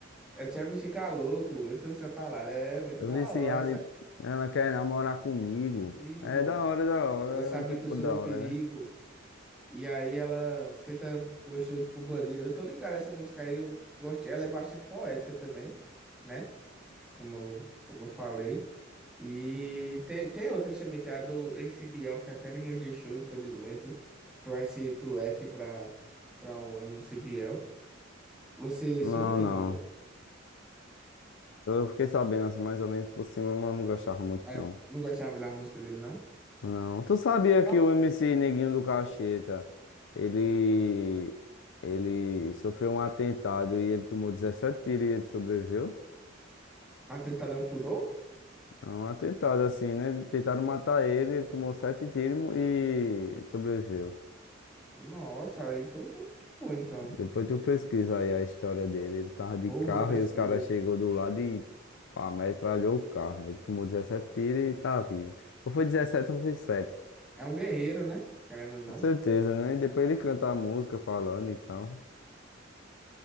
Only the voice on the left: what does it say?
Eu
viciado,
e ela quer namorar comigo.
É da hora, da hora,
é
um tempo
da
hora, né?
Não,
não.
Eu fiquei sabendo assim, mais ou menos por cima, mas não gostava muito,
não.
Não. Tu sabia que
o MC Neguinho do Cacheta, ele, ele sofreu um atentado e ele tomou 17 tiros e ele sobreviveu?
É um atentado assim, né? Tentaram matar ele, ele tomou 7 tiros e sobreviveu.
Depois tu pesquisa aí a história dele. Ele tava de
carro
e os caras chegou do lado e pá, metralhou o carro. Ele tomou dezessete tiros e tá vivo. Ou foi 17 ou foi sete
Com certeza, né? E depois ele canta a música falando e tal.